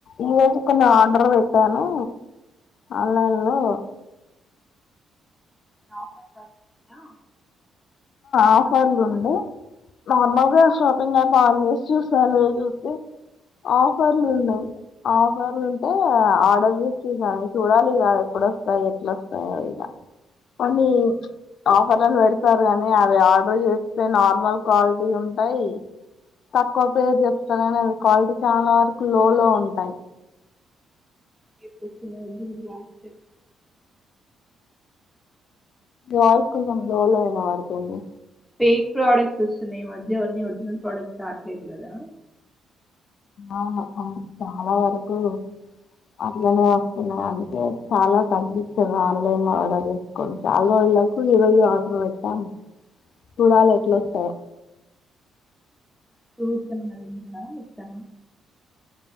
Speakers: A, on the left; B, in the centre.
A: ఈరోజు కొన్ని ఆర్డర్లు పెట్టాను ఆన్లైన్లో.
B: నార్మల్ డ్రెస్ ఆ
A: ఆఫర్లు ఉండే నార్మల్గా షాపింగ్ యాప్ ఆన్ చేసి చూసాను, చూస్తే ఆఫర్లు ఉన్నయ్. ఆఫర్లు ఉంటే ఆర్డర్ చేసి చూసాను. చూడాలి ఇక ఎప్పుడోస్తాయి ఎట్లోస్తాయో ఇగ, కొన్ని ఆఫర్లను పెడిత్ స్తరు కానీ అవి ఆర్డర్ చేస్తే నార్మల్ క్వాలిటీ ఉంటాయి. తక్కువ పేరు చెప్తారు కాని అ క్వాలిటీ చాలా వరకు లో లో ఉంటాయి.
B: <inaudible>
A: కాస్ట్ కొంచం లో లో ఐన పడ్తుంది.
B: ఫేక్ ప్రోడక్ట్స్ వస్తున్నాయి ఈ మధ్య అని ఒరిజినల్ ప్రోడక్ట్స్ రావట్లేదు కదా
A: అవును అవును చాలా వరకు అట్లనే వస్తున్నాయి అందుకే చాలా తగ్గించదు ఆన్లైన్ లో ఆర్డర్ చేసుకోవడం చాలా రోజులకు ఈ రోజు ఆర్డర్ పెట్టాం చూడాల ఎట్లొస్తాయో
B: ఫ్రూట్స్ ఏమన్నా తింటారా ఇష్టంగా